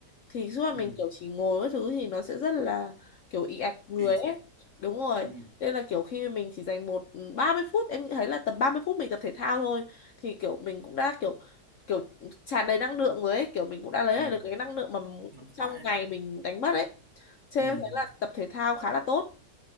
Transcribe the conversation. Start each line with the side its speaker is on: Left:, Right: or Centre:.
Left: thì suốt ngày
Right: Ừ,
Left: mình kiểu chỉ ngồi các thứ thì nó sẽ rất là kiểu ì ạch người
Right: thì sẽ
Left: ấy đúng rồi
Right: ừ,
Left: nên là kiểu khi mình chỉ dành một ừ, ba mươi phút em thấy là tầm 30 phút mình tập thể thao thôi thì kiểu mình cũng đã kiểu kiểu tràn đầy năng lượng rồi ấy kiểu mình cũng đã lấy
Right: ừ,
Left: lại được cái năng lượng mà
Right: khoan
Left: trong
Right: khoái.
Left: ngày mình đánh mất ấy cho
Right: Ừ,
Left: em thấy là tập thể thao khá là tốt